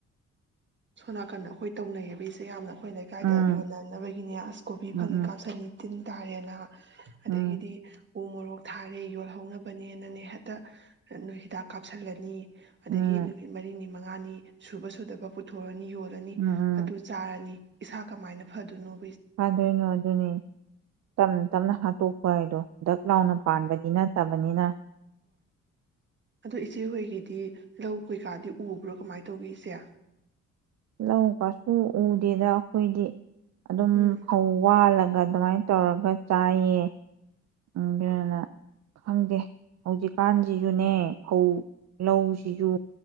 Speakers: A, on the right; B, on the right.
A: ꯁꯣ ꯅꯥꯀꯟꯗ ꯑꯩꯈꯣꯏ ꯇꯧꯅꯩꯌꯦꯕ ꯏꯆꯦ ꯌꯥꯝꯅ ꯑꯩꯈꯣꯏ ꯂꯩꯀꯥꯏꯗ
B: ꯎꯝ
A: ꯌꯣꯟꯅꯅꯕꯒꯤꯅꯦ ꯑꯁ ꯀꯣꯕꯤ
B: ꯎꯝ
A: ꯐꯪꯉꯦ
B: ꯎꯝ
A: ꯀꯥꯞꯁꯥꯅꯤ ꯇꯤꯟ ꯇꯥꯔꯦꯅ ꯑꯗꯒꯤꯗꯤ
B: ꯎꯝ
A: ꯎ ꯃꯣꯔꯣꯛ ꯊꯥꯔꯦ ꯌꯣꯜꯍꯧꯅꯕꯅꯦꯅꯅꯦ ꯍꯦꯛꯇ ꯅꯣꯏ ꯍꯤꯗꯥꯛ ꯀꯥꯞꯁꯤꯜꯂꯅꯤ ꯑꯗꯒꯤ
B: ꯎꯝ
A: ꯅꯨꯃꯤꯠ ꯃꯔꯤꯅꯤ ꯃꯉꯥꯅꯤ ꯁꯨꯕ ꯁꯨꯗꯕ ꯕꯨꯠ ꯊꯣꯏ ꯑꯅꯤ ꯌꯣꯜꯂꯅꯤ
B: ꯎꯝ ꯎꯝ
A: ꯑꯗꯨ ꯆꯥꯔꯅꯤ ꯏꯁꯥ ꯀꯃꯥꯏꯅ ꯐꯗꯣꯏꯅꯣ
B: ꯐꯗꯣꯏꯅꯣ ꯑꯗꯨꯅꯤ ꯇꯞꯅ ꯇꯞꯅ ꯍꯥꯠꯇꯣꯛꯄ ꯍꯥꯏꯗꯣ ꯗꯛ ꯂꯥꯎꯅ ꯄꯥꯟꯕꯗꯤ ꯅꯠꯇꯕꯅꯤꯅ
A: ꯑꯗꯨ ꯏꯆꯦꯍꯣꯏꯒꯤꯗꯤ ꯂꯧ ꯀꯩꯀꯥꯗꯤ ꯎꯕ꯭ꯔꯥ ꯀꯃꯥꯏꯅ ꯇꯧꯒꯦ ꯏꯆꯦ
B: ꯂꯧ ꯀꯁꯨ ꯎꯗꯦꯗ ꯑꯩꯈꯣꯏꯗꯤ ꯑꯗꯨꯝ
A: ꯎꯝ
B: ꯐꯧ ꯋꯥꯜꯂꯒ ꯑ ꯑꯗꯨꯃꯥꯏꯅ ꯇꯧꯔꯒ ꯆꯥꯏꯌꯦ ꯑꯗꯨꯅ ꯈꯪꯗꯦ ꯍꯧꯖꯤꯛꯀꯥꯟꯁꯤꯁꯨꯅꯦ ꯐꯧ ꯂꯧꯁꯤꯁꯨ